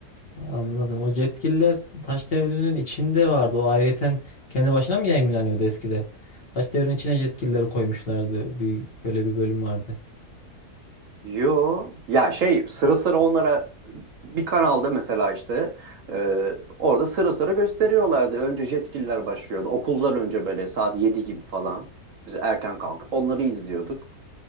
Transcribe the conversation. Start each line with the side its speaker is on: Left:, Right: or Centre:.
Left: Anladım. O yetkililer Taş Devri'nin içinde vardı. O ayrıyeten kendi başına mı yayınlanıyordu eskiden? Taş Devri'nin içine yetkilileri koymuşlardı. Bir, böyle bir bölüm vardı.
Right: Yo ya şey sıra sıra onlara bir kanalda mesela işte e, orada sıra sıra gösteriyorlardı. Önce jetgiller başlıyordu. Okullar önce böyle saat 7 gibi falan. Biz erken kalkıp onları izliyorduk.